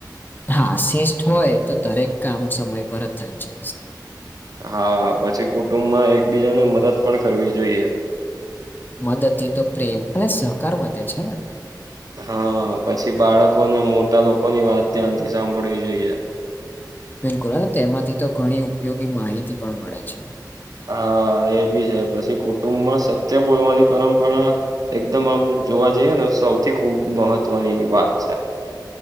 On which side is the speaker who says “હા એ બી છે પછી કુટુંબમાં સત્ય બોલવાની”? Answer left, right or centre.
Right